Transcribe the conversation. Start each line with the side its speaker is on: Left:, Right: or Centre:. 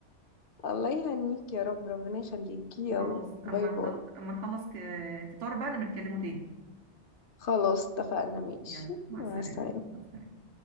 Left: <laughs> الله يهنيك يا رب ربنا يخليكي يلا
Right: خلاص
Left: باي
Right: اما
Left: باي
Right: نخلص اما نخلص ك- فطار بقى نبقى نتكلموا تاني
Left: خلاص اتفقنا ماشي
Right: يلا مع
Left: مع
Right: السلامه
Left: السلامة
Right: مع السلامه